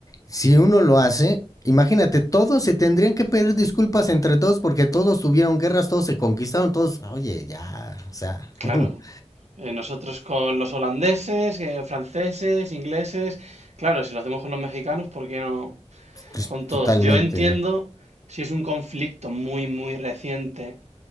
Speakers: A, on the left; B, on the right.
A: Si uno lo hace, imagínate, todos se tendrían que pedir disculpas entre todos porque todos tuvieron guerras, todos se conquistaron, todos, oye, ya, o sea,
B: Claro.
A: <laughs>
B: Eh, nosotros con los holandeses, eh, franceses, ingleses, claro, si lo hacemos con los mexicanos, ¿por qué no
A: pues,
B: con todos?
A: totalmente.
B: Yo entiendo si es un conflicto muy, muy reciente